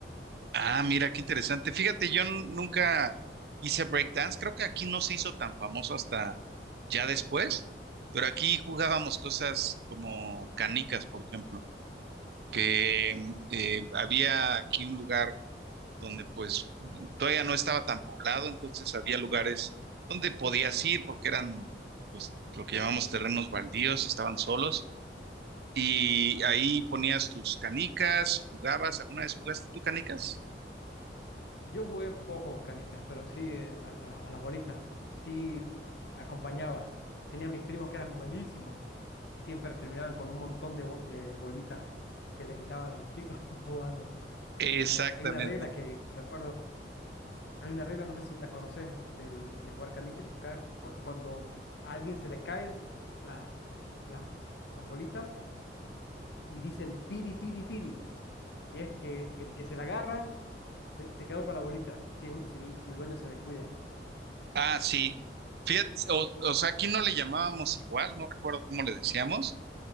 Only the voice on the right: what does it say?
Ah, mira, qué interesante. Fíjate, yo n- nunca hice breakdance. Creo que aquí no se hizo tan famoso hasta ya después, pero aquí jugábamos cosas como canicas, por ejemplo, que mm, eh, había aquí un lugar donde pues todavía no estaba tan poblado, entonces había lugares donde podías ir porque eran pues lo que llamamos terrenos baldíos, estaban solos y ahí ponías tus canicas, jugabas. ¿Alguna vez jugaste tú canicas?
Exactamente.
Ah, sí. Fíjate, o, o sea, aquí no le llamábamos igual, no recuerdo cómo le decíamos,